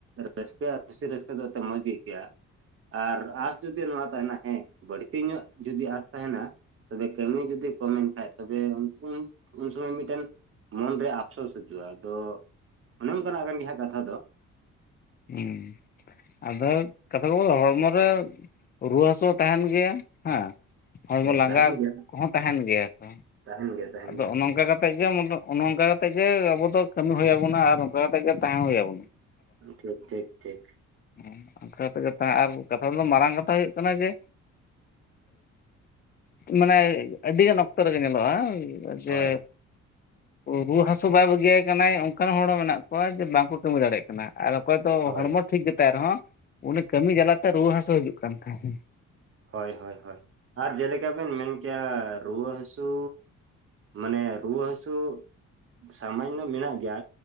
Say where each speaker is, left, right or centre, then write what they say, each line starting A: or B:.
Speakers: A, on the right; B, on the left.
A: ᱨᱟᱹᱥᱠᱟᱹ ᱟᱨ ᱠᱩᱥᱤ ᱨᱟᱹᱥᱠᱟᱹ ᱫᱚ ᱮ ᱢᱚᱸᱡᱽ ᱜᱮ ᱟᱹᱭᱠᱟᱹᱜᱼᱟ᱾ ᱟᱨ ᱟᱸᱥ ᱡᱩᱫᱤ ᱱᱚᱣᱟ ᱛᱟᱦᱮᱱᱟ ᱦᱮᱸ ᱵᱟᱹᱲᱛᱤ ᱧᱚᱜ ᱡᱩᱫᱤ ᱟᱸᱥ ᱛᱟᱦᱮᱱᱟ ᱛᱚᱵᱮ ᱠᱟᱹᱢᱤ ᱡᱩᱚᱫᱤ ᱠᱚᱢᱮᱱ ᱠᱷᱟᱱ ᱛᱚᱵᱮ ᱩᱱ ᱥᱚᱢᱚᱭ ᱢᱤᱫᱴᱮᱱ ᱢᱚᱱᱨᱮ ᱟᱯᱥᱳᱥ ᱦᱤᱡᱩᱜᱼᱟ ᱾ ᱟᱫᱚ ᱚᱱᱮ ᱚᱱᱠᱟᱱᱟ-ᱜ ᱠᱟᱱ ᱜᱮ ᱦᱟᱜ ᱠᱟᱛᱷᱟ ᱫᱚ᱾
B: ᱦᱮᱸ ᱟᱫᱚ ᱠᱟᱛᱷᱟ ᱠᱚ, ᱦᱚᱲᱢᱚ ᱨᱮ ᱨᱩᱣᱟᱹ ᱦᱟᱹᱥᱩ, ᱦᱚᱸ ᱛᱟᱦᱮᱱ ᱜᱮᱭᱟ᱾ ᱦᱮᱸ ᱦᱚᱲᱢᱚ
A: ᱦᱳᱭ
B: ᱞᱟᱸᱜᱟ
A: ᱛᱟᱦᱮᱱ ᱜᱮᱭᱟ
B: ᱠᱚᱼᱦᱚᱸ ᱛᱟᱦᱮᱱ ᱜᱮᱭᱟ᱾ ᱛᱚ
A: ᱛᱟᱦᱮᱱ ᱜᱮᱭᱟ ᱛᱟᱦᱮᱱ
B: ᱟᱫᱚ
A: ᱜᱮᱭᱟ
B: ᱚᱱᱮ ᱱᱚᱝᱠᱟ ᱠᱟᱛᱮ ᱜᱮ ᱚᱱᱮ ᱚᱱᱠᱟ ᱠᱟᱛᱮ ᱜᱮ, ᱟᱵᱚ ᱫᱚ ᱠᱟᱹᱢᱤ ᱦᱩᱭ ᱟᱵᱚᱱᱟ᱾ ᱟᱨ ᱚᱱᱠᱟ ᱠᱟᱛᱮ ᱜᱮ ᱛᱟᱦᱮᱸ ᱦᱩᱭ ᱟᱵᱚᱱᱟ᱾
A: ᱴᱷᱤᱠ, ᱴᱷᱤᱠ, ᱴᱷᱤᱠ
B: <unintelligible> ᱟᱨ ᱠᱟᱛᱷᱟ ᱫᱚ ᱢᱟᱨᱟᱝ ᱠᱟᱛᱷᱟ ᱦᱩᱭᱩ-ᱜ ᱠᱟᱱᱟ᱾ ᱡᱮ ᱢᱟᱱᱮ ᱟᱹᱰᱤᱜᱟᱱ ᱚᱠᱛᱚ ᱨᱮᱜᱮ ᱧᱮᱞᱚᱜᱼᱟ᱾ ᱡᱮ
A: ᱦᱳᱭ
B: ᱨᱩᱭᱟᱹ ᱦᱟᱥᱩ ᱦᱟᱹᱥᱩ ᱵᱟᱭ ᱵᱟᱹᱜᱤᱭᱤᱭᱟ ᱠᱟᱱᱟᱭ᱾ ᱚᱱᱠᱟᱱ ᱦᱚᱲ ᱦᱚᱸ ᱢᱮᱱᱟᱜ ᱠᱚᱣᱟ ᱾ ᱡᱮ ᱵᱟᱝᱠᱚ ᱠᱟᱹᱢᱤ ᱫᱟᱲᱮᱭᱟ-ᱜ ᱠᱟᱱᱟ ᱾ ᱟᱨ ᱚᱠᱚᱭ ᱛᱚ
A: ᱦᱳᱭ
B: ᱦᱚᱲᱢᱚ ᱴᱷᱤᱠ ᱜᱮᱛᱟᱭ ᱨᱮᱦᱚᱸ, ᱩᱱᱤ ᱠᱟᱹᱢᱤ ᱡᱟᱞᱟᱛᱮ ᱨᱩᱣᱟᱹ ᱦᱟᱹᱥᱩ ᱦᱤᱡᱩᱼᱜ ᱠᱟᱱ ᱛᱟᱦᱮᱸᱱ᱾
A: ᱦᱳᱭ, ᱦᱳᱭ, ᱦᱳᱭ ᱟᱨ ᱡᱮᱞᱮᱠᱟ ᱵᱮᱱ ᱢᱮᱱ ᱠᱮᱭᱟ ᱾ᱨᱩᱣᱟᱹ ᱦᱟᱹᱥᱩ ᱢᱟᱱᱮ ᱨᱩᱣᱟᱹ ᱦᱟᱹᱥᱩ, ᱥᱟᱢᱟᱱᱱᱚ ᱢᱮᱱᱟᱜ ᱜᱮᱭᱟ᱾